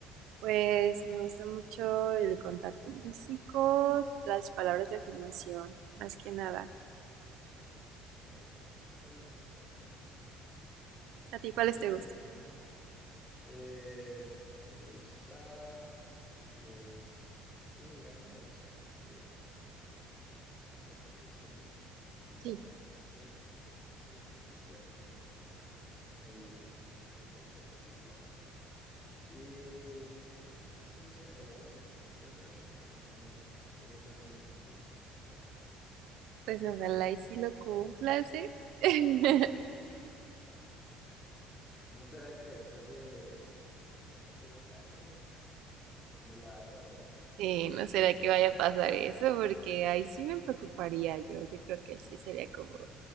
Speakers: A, on the right; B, on the left.
A: Pues me gusta mucho el contacto físico, las palabras de afirmación, más que nada.
B: El contacto físico y las palabras de información. Ok,
A: ¿A ti cuáles
B: pues
A: te
B: sí,
A: gustan?
B: eh, me gusta los, ¿cómo le llaman? Los, este, los actos de servicio, ¿cómo le
A: Sí,
B: llaman? ¿Sí, verdad? Sí, actos de servicio, también me gusta el, el- el contacto físico y eh, casi no sé de palabras de afirmación, pero pues como no, cómo no hacerla contigo, ¿sabes?
A: pues ojalá y si lo cumplas, ¿eh? <laughs>
B: ¿No será que después de, de casi dos años no lo haga, verdad?
A: Sí, no será que vaya a pasar eso, porque ahí sí me preocuparía yo. Yo creo que sí sería como,